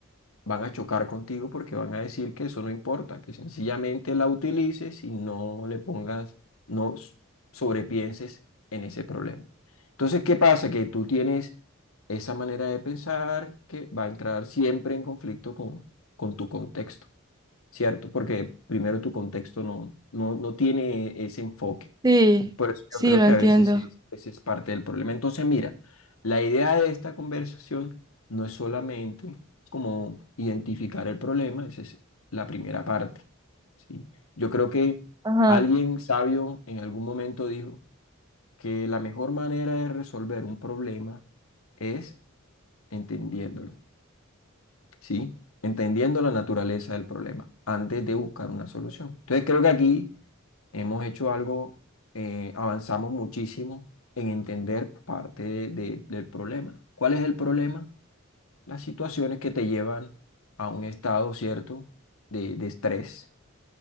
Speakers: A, on the left (about 80°); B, on the right (about 20°).
A: van a chocar contigo porque van a decir que eso no importa, que sencillamente la utilices y no le pongas, no s- sobrepienses en ese problema. Entonces, ¿qué pasa? Que tú tienes esa manera de pensar que va a entrar siempre en conflicto con, con tu contexto, ¿cierto? Porque primero tu contexto no, no, no tiene ese enfoque.
B: Sí,
A: Por eso
B: sí,
A: yo creo
B: lo
A: que
B: entiendo.
A: a veces es, ese es parte del problema. Entonces, mira, la idea de esta conversación no es solamente como identificar el problema, esa es la primera parte, ¿sí? Yo creo que
B: Ajá,
A: alguien sabio en algún momento dijo que la mejor manera de resolver un problema es entendiéndolo, ¿sí? Entendiendo la naturaleza del problema antes de buscar una solución. Entonces, creo que aquí Hemos hecho algo, eh, avanzamos muchísimo en entender parte de- de- del problema. ¿Cuál es el problema? Las situaciones que te llevan a un estado, ¿cierto?, de, de estrés.